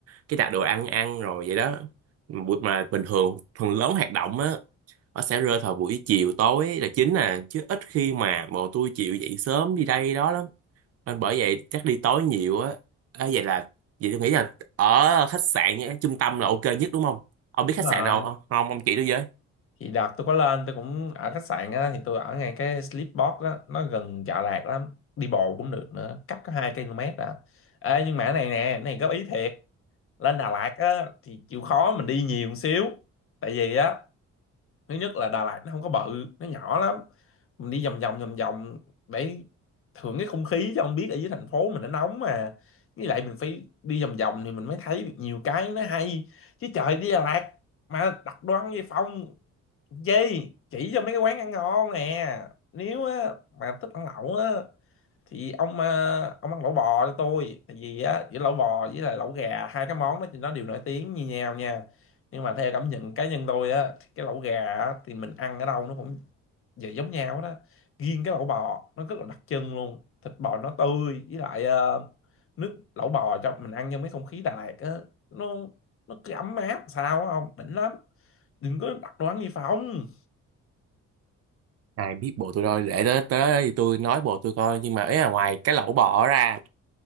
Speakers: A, on the right (about 55°); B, on the left (about 45°).
A: Cái đặt đồ ăn ăn rồi vậy đó. Buổi mà bình thường phần lớn hoạt động á nó sẽ rơi vào buổi chiều tối là chính à chứ ít khi mà bộ tôi chịu dậy sớm đi đây đó lắm nên bởi vậy chắc đi tối nhiều á à, vậy là vậy tôi nghĩ là ở khách sạn nhé trung tâm là ok nhất đúng không ông biết
B: đúng
A: khách
B: rồi
A: sạn nào không không ông chỉ tôi với
B: thì đợt tôi có lên tôi cũng ở khách sạn á thì tôi ở ngay cái Sleepbox á nó gần Chợ Lạc lắm đi bộ cũng được nữa cách có 2 km à Ê, nhưng mà cái này nè cái này góp ý thiệt lên Đà Lạt á thì chịu khó mình đi nhiều một xíu tại vì á thứ nhất là Đà Lạt nó không có bự nó nhỏ lắm mình đi vòng vòng vòng vòng để thưởng cái không khí chứ không biết ở dưới thành phố mình nó nóng mà với lại mình phải đi vòng vòng thì mình mới thấy được nhiều cái nó hay chứ trời đi Đà Lạt mà đặt đồ ăn về phòng gì chỉ cho mấy cái quán ăn ngon nè nếu á, mà thích ăn lẩu á thì ông ờ, ông ăn lẩu bò cho tôi tại vì á giữa lẩu bò với lại lẩu gà hai cái món đó thì nó đều nổi tiếng như nhau nha nhưng mà theo cảm nhận cá nhân tôi á thì cái lẩu gà á, thì mình ăn ở đâu nó cũng về giống nhau đó riêng cái lẩu bò nó rất là đặc trưng luôn thịt bò nó tươi với lại ờ, nước lẩu bò cho mình ăn trong cái không khí Đà Lạt á nó nó cứ ấm áp sao á ông đỉnh lắm đừng có đặt đồ ăn gì phòng
A: ai biết bộ tôi đâu để tới tới đó thì tôi nói bộ tôi coi nhưng mà ấy là ngoài cái lẩu bò ra